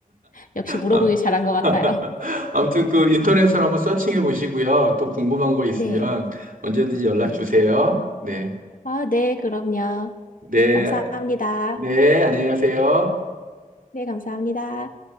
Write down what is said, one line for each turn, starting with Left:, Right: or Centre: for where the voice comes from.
Left: <laughs> 역시 물어보길
Right: 아,
Left: 잘한 것 같아요.
Right: <laughs> 아무튼 그 인터넷으로 한번 서칭해 보시고요. 또 궁금한 거 있으면
Left: 네,
Right: 언제든지 연락
Left: 네.
Right: 주세요. 네.
Left: 아, 네, 그럼요.
Right: 네.
Left: 감사합니다.
Right: 네. 안녕히 가세요.
Left: 네, 감사합니다.